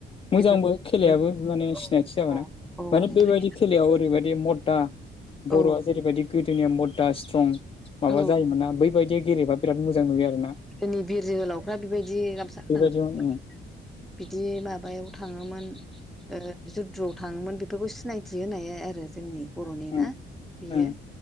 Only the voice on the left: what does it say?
मोजांबो
खेलायाबो
माने
सिनायथि जाबाय
ना
माने बेबायाददि खेलायाव ओरैबादि मददा बर'आ
जेरैबायदि गोदोनि मददा स्ट्रं माबा
जायोमोना बैबायदिया गेलेबा बिराद मोजां नुयो आर ना।
बेबायदियाव उम
उम
ओं